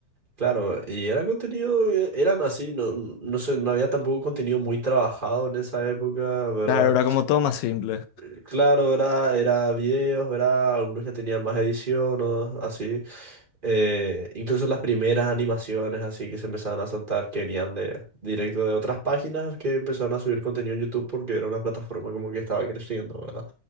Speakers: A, on the right; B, on the left.
A: Claro, y era contenido, eh, eran así, no, no sé, no había tampoco contenido muy trabajado en esa época, ¿verdad?
B: La verdad, como todo más simple.
A: eh, Claro, era, era videos, ¿verdad? Algunos ya tenían más edición o así. Eh, incluso las primeras animaciones así que se empezaban a saltar, que venían de directo de otras páginas que empezaron a subir contenido en YouTube porque era una plataforma como que estaba creciendo, ¿verdad?